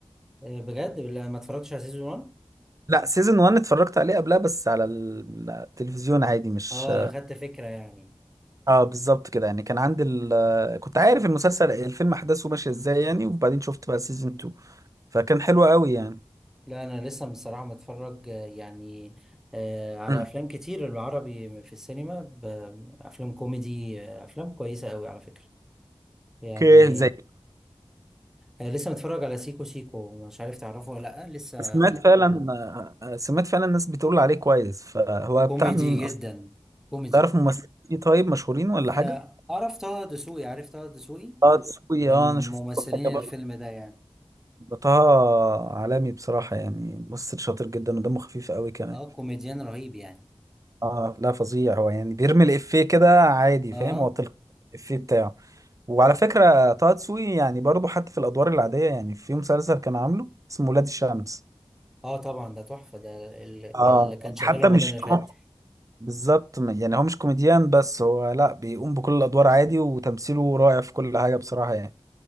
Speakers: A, in the centre; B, on the right.
A: آه، بجد لا ما اتفرجتش على سيزون 1
B: لا سيزون 1 اتفرجت عليه قبلها بس على ال- التلفزيون عادي مش
A: اه اخدت فكرة يعني
B: اه بالظبط كده يعني كان عندي ال... كنت عارف المسلسل الفيلم احداثه ماشية ازاي يعني وبعدين شفت بقى سيزون 2 فكان حلو قوي يعني
A: لا انا لسه بصراحه متفرج آه، يعني آه، على
B: مم.
A: افلام كتير العربي في السينما ب- افلام كوميدي آه، افلام كويسه قوي على فكره يعني
B: اوكي زي
A: آه، لسه متفرج على سيكو سيكو مش عارف تعرفه ولا لا لسه
B: سمعت فعلا آه، سمعت فعلا الناس بتقول عليه كويس فهو
A: كوميدي
B: بتاع مين اصلا
A: جدا كوميدي
B: تعرف ممثلين فيه طيب مشهورين ولا
A: آه،
B: حاجه
A: اعرف طه دسوقي عارف طه دسوقي
B: اه تسوقي
A: من
B: اه انا شفت
A: ممثلين
B: له حاجه برضه
A: الفيلم ده يعني
B: طه عالمي بصراحه يعني ممثل شاطر جدا ودمه خفيف قوي كمان
A: اه كوميديان رهيب يعني
B: اه لا فظيع هو يعني بيرمي الافيه كده عادي
A: اه
B: فاهم هو تلقى الافيه بتاعه وعلى فكره طه دسوقي يعني برضه حتى في الادوار العاديه يعني في مسلسل كان عامله اسمه ولاد الشمس
A: اه طبعا ده تحفه ده ال-
B: اه
A: اللي كان
B: يعني
A: شغال
B: حتى
A: رمضان
B: مش
A: اللي فات
B: بالظبط م- يعني هو مش كوميديان بس هو لا بيقوم بكل الادوار عادي وتمثيله رائع في كل حاجه بصراحه يعني